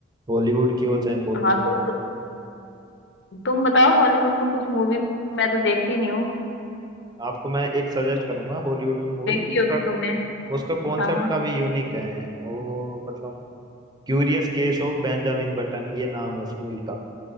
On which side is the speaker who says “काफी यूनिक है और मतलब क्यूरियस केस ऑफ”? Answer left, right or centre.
Right